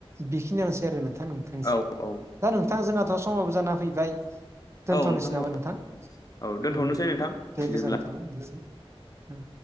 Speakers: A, on the right (about 25°); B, on the left (about 35°).
A: बेखिनियानोसै आरो नोंथां नोंथांनिसो
B: औ औ
A: दा नोंथां जोंहाथ समाबो जाना फैबाय दोनथनोसै
B: औ
A: नामा
B: औ
A: नोंथां
B: औ
A: दे
B: दोनथ'नोसै नोंथां बिदिब्ला
A: गोजोननाय थाबाय <unintelligible>